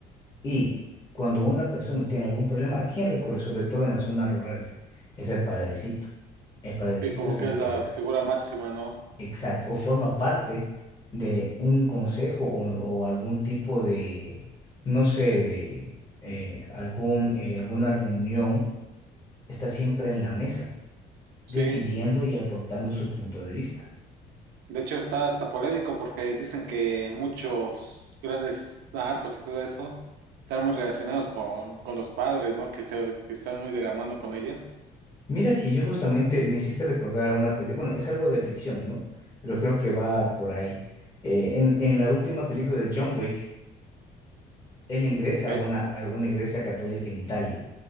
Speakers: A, on the left; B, on the right.
A: Y cuando una persona tiene algún problema, ¿a quién recurre? Sobre todo en las zonas rurales. Es el padrecito. El padrecito
B: Sí, como
A: es
B: que
A: el
B: es
A: que,
B: la
A: res-
B: figura máxima, ¿no?
A: exacto, o forma parte de un consejo o, o algún tipo de, no sé, de eh, algún, eh, alguna reunión. Está siempre en la mesa,
B: Sí.
A: decidiendo y aportando su punto de vista.
B: De hecho, está hasta polémico porque dicen que muchos grandes narcos y todo eso están muy relacionados con, con los padres, ¿no? Que se, que están muy de la mano con ellos.
A: Mira que yo justamente me hiciste recordar a una película, bueno, es algo de ficción, ¿no? Pero creo que va por ahí. Eh, en, en la última película de John Wick, él ingresa
B: Ok.
A: a una, a una iglesia católica en Italia.